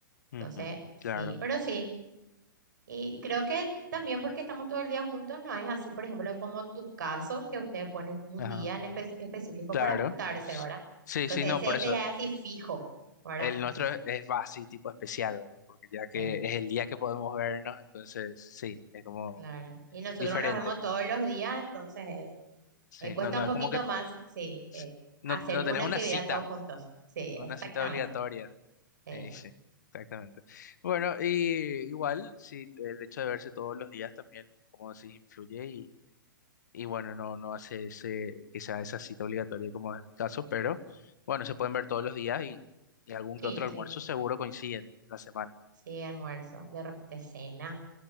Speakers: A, on the left; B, on the right.
A: ujú,
B: Entonces, sí,
A: Claro,
B: pero sí, Y creo que también porque estamos todo el día juntos, no es así, por ejemplo, como tu caso, que ustedes ponen un
A: ajá,
B: día en espe- específico
A: claro.
B: para juntarse,
A: S-
B: ¿verdad?
A: Sí,
B: Entonces,
A: sí, no,
B: ese,
A: por
B: ese
A: eso.
B: ya es así fijo, ¿verdad?
A: El
B: Entonces,
A: nuestro es, es va así, tipo especial, ¿verdad? Porque ya que
B: eh,
A: es el día que podemos vernos, entonces sí, es como
B: claro. Y nosotros
A: diferente.
B: nos vemos todos los días, entonces eh,
A: Sí,
B: eh, cuesta
A: no, no,
B: un poquito
A: es como que
B: más, sí,
A: s-
B: eh,
A: no,
B: hacer
A: no
B: una
A: tenés una
B: actividad
A: cita,
B: todos juntos. Sí,
A: una
B: exactamente.
A: cita obligatoria.
B: Eh,
A: Eh, sí, exactamente. Bueno, y igual, sí, el hecho de verse todos los días también, como decís, influye y, y bueno, no, no hace ese, que sea esa cita obligatoria como es mi caso, pero bueno, se pueden ver todos los días y, y algún
B: sí,
A: que otro almuerzo
B: sí,
A: seguro coinciden la semana.
B: sí, almuerzo, de repente cena.